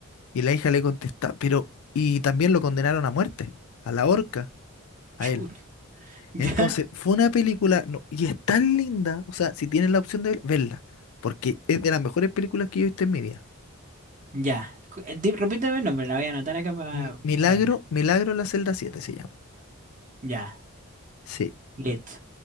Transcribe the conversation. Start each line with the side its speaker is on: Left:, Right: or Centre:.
Left: Y la hija le contesta, pero, y también lo condenaron a muerte, a la horca, a
Right: Chu,
Left: él.
Right: <laughs>
Left: Entonces,
Right: ¿Ya?
Left: fue una película, no, y es tan linda, o sea, si tienes la opción de verla, porque es de las mejores películas que yo he visto en mi vida.
Right: Ya. Cu- eh, di- Repíteme el nombre, la voy a anotar acá para
Left: Mi- Milagro,
Right: verla.
Left: Milagro en la celda siete se llama.
Right: Ya,
Left: Sí.
Right: listo.